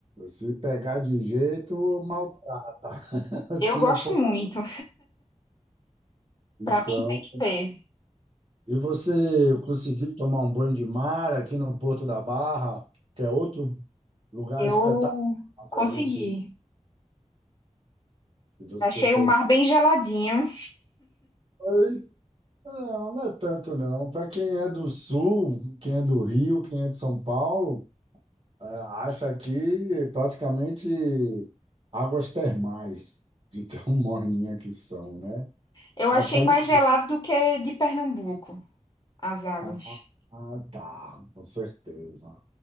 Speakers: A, on the right; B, on the left.
A: Se pegar de jeito, maltrata. <laughs> Se
B: Eu gosto
A: não for.
B: muito.
A: Então,
B: Pra mim tem que ter.
A: E você conseguiu tomar um banho de mar aqui no Porto da Barra, que é outro lugar
B: Eu
A: espetacular para
B: consegui.
A: a gente, se você
B: Achei
A: teve.
B: o mar bem geladinho.
A: Oi? Não, não é tanto não. Para quem é do Sul, quem é do Rio, quem é de São Paulo, é, acha aqui praticamente águas termais, de tão <laughs> morninha que são, né?
B: Eu
A: Até
B: achei mais
A: no...
B: gelado do que de Pernambuco, as águas.
A: Ah, ah, tá, com certeza.